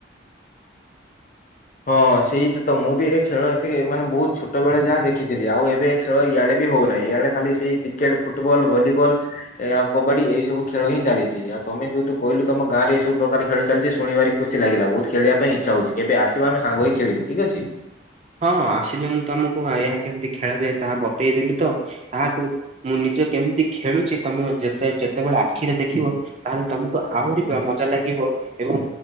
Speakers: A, on the left; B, on the right.
A: ହଁ ସେଇଟା ତ ମୁଁ ବି ଏ ଖେଳ ଏତିକି ମାନେ ବହୁତ ଛୋଟ ବେଳେ ଯାହା ଦେଖିଥିଲି ଆଉ ଏବେ ଖେଳ ଇଆଡେ ବି ହଉନାହିଁ ଇଆଡେ ଖାଲି ସେଇ କ୍ରିକେଟ ଫୁଟବଲ ଭଲିବଲ ଏ ଆଉ କବାଡି ଏଇ ସବୁ ଖେଳ ହିଁ ଚାଲିଛି ଆଉ ତମେ ଯୋଉୁ କହିଲୁ ତମ ଗାଁରେ ଏଇବୁ ପ୍ରକାର ଖେଳ ଚାଲିଛି ଶୁଣିଭାରି ଖୁସି ଲାଗିଲା ବହୁତ ଖଳିବା ପାଇଁ ଇଛା ହଉଚି କେବେ ଆ କହିହି ଖେଳିବୁ ଠିକ ଅଛି।
B: ହଁ ହଁ ଆସିଲେ ମୁଁ ତମକୁ ଏହା କେମିତି ଖେଳାଯାଏ ତାହା ବତେଇ ଦେଲି ତ ତାହାକୁ ମୁଁ ନିଜ କେମିତି ଖେଳୁଛି ତମେ ଯେତେ ଯେତେବେଳେ ଆଖିରେ ଦେଖିବ। ତାହେଲେ ତମକୁ ଆହୁରି ମଜା ଲାଗିବ ଏବଂ